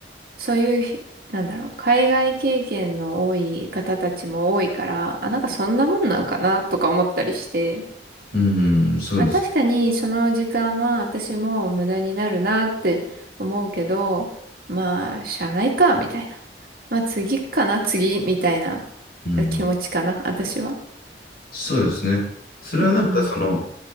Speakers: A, on the right (about 55°); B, on the left (about 55°).
A: そういうひ、なんだろう、海外経験の多い方たちも多いから、あ、なんかそんなもんなのかなとか思ったりして、
B: うん、そうです。
A: まあ確かにその時間は私も無駄になるなって思うけど、まあ、しゃあないか、みたいな。まあ次かな、次、みたいな
B: うん、
A: 気持ちかな、私は。
B: そうですね。それはなんかその
A: うん、